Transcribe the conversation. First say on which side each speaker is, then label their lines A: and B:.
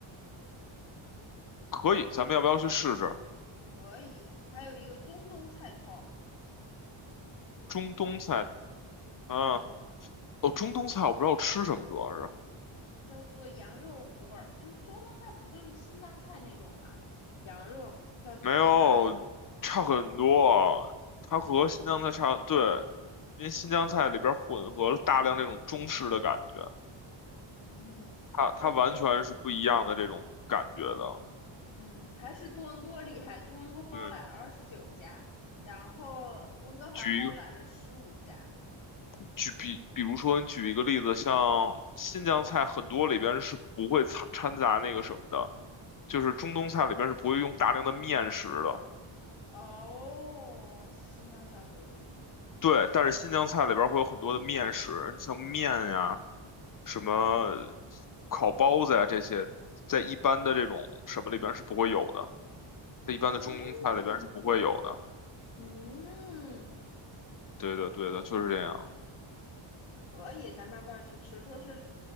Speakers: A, on the left; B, on the left.
A: 可以，咱们要不要去试试
B: 可以。还有一个中东菜 Top，
A: 中东菜？嗯，
B: 嗯。
A: 哦，中东菜我不知道吃什么，主要是。
B: 叫做羊肉味儿，就是中东菜不就是新疆菜那种吗？羊肉叫 dimas，
A: 没有，差很多。它和新疆菜差，
B: 真的吗？
A: 对，因为新疆菜里边混合了大量那种中式的感觉，
B: 嗯，
A: 它它完全是不一样的这种感觉的。
B: 叫做嗯，还是多伦多厉害，多伦多包揽了二十九家，
A: 对，
B: 然后温哥华包揽了十五家。
A: 举一个举比，比如说你举一个例子，像新疆菜很多里边是不会掺掺杂那个什么的，
B: 嗯
A: 就是中东菜里边是不会用大量的面食的。
B: 哦，新疆菜会有什么？
A: 对，但是新疆菜里边儿会有很多的面食，像面呀、什么烤包子呀这些，在一般的这种什么里边儿是不会有的，在一般的中东菜里边儿是不会有的。
B: 嗯嗯，
A: 对的，对的，就是这样。
B: 可以，咱们要不要去吃？说是